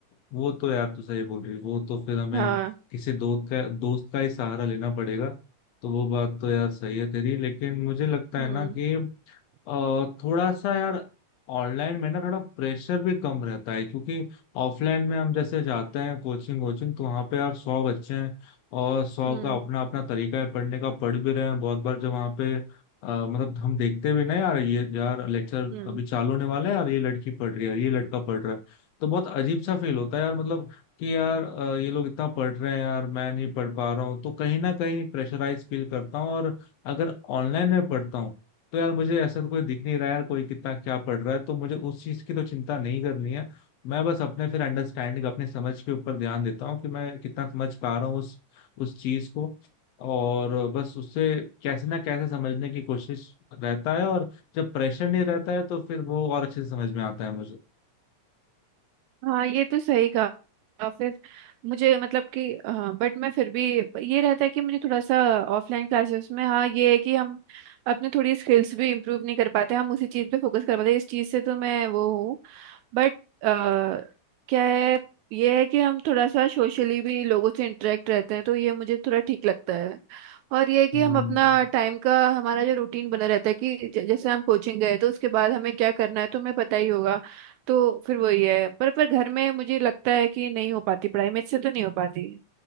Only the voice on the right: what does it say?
हाँ
हम्म
हम्म
हम्म
हाँ ये तो सही कहा फिर मुझे मतलब कि हाँ बट मैं फिर भी ये रहता है कि मुझे थोड़ा सा ऑफलाइन क्लासेस में हाँ ये है कि हम अपने थोड़ी स्किल्स भी इम्प्रूव नहीं कर पाते हम उसी चीज़ पे फोकस कर पाते इस चीज़ से तो मैं वो हूँ बट अ, क्या है ये है कि हम थोड़ा सा सोशली भी लोगों से इंटरेक्ट रहते हैं तो ये मुझे थोड़ा ठीक लगता है और ये है कि
हम अपना टाइम का हमारा जो रूटीन बना रहता है कि ज- जैसे हम कोचिंग गए तो उसके बाद हमें क्या करना है तो हमें पता ही होगा तो फिर वही है पर पर घर में मुझे लगता है कि नहीं हो पाती पढ़ाई मेरे से तो नहीं हो पाती